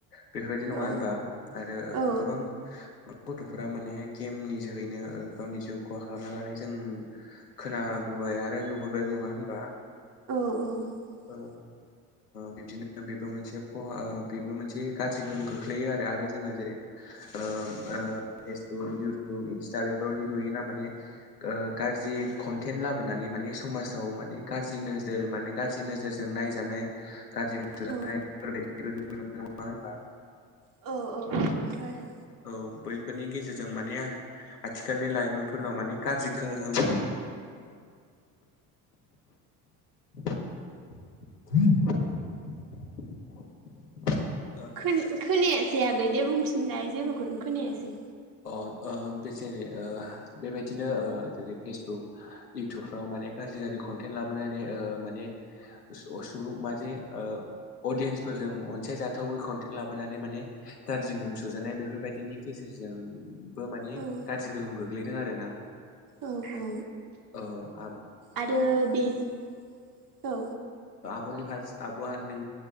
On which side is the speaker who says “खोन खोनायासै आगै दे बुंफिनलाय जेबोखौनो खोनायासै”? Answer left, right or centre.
Right